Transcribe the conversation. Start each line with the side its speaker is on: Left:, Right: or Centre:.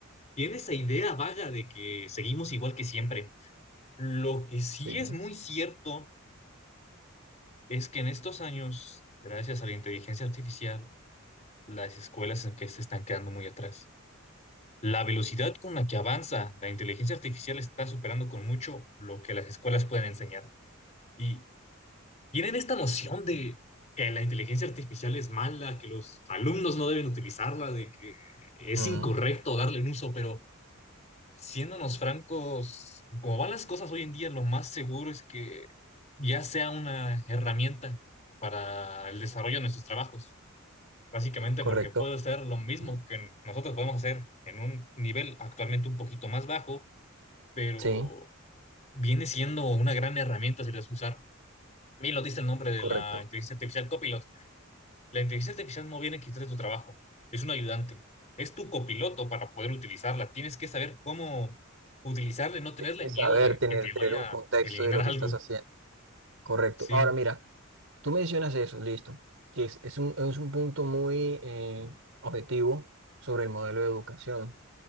Left: tiene esa idea vaga de que seguimos igual que siempre. Lo que sí
Right: sí.
Left: es muy cierto es que en estos años, gracias a la inteligencia artificial, las escuelas en que se están quedando muy atrás. La velocidad con la que avanza la inteligencia artificial está superando con mucho lo que las escuelas pueden enseñar. Y tienen esta noción de que la inteligencia artificial es mala, que los alumnos no deben utilizarla, de que es
Right: Ujú,
Left: incorrecto darle un uso, pero siéndonos francos, como van las cosas hoy en día, lo más seguro es que ya sea una herramienta para el desarrollo de nuestros trabajos. Básicamente
Right: correcto.
Left: porque puede ser lo mismo
Right: Ujú.
Left: que nosotros podemos hacer en un nivel actualmente un poquito más bajo pero
Right: Sí,
Left: viene siendo una gran herramienta si la sabes usar. Mira, lo dice el nombre de
Right: correcto.
Left: la inteligencia artificial, Copilot. La inteligencia artificial no viene a quitarte tu trabajo, es un ayudante, es tu copiloto para poder utilizarla. Tienes que saber cómo utilizarla y no tenerle
Right: Es
Left: miedo
Right: Saber
Left: de
Right: tener,
Left: que te
Right: tener
Left: vaya
Right: un contexto
Left: a eliminar
Right: de lo que
Left: algo.
Right: estás haciendo. Correcto.
Left: Sí,
Right: Ahora mira. Tú mencionas eso, listo, que es, es un, es un punto muy eh, objetivo sobre el modelo de educación,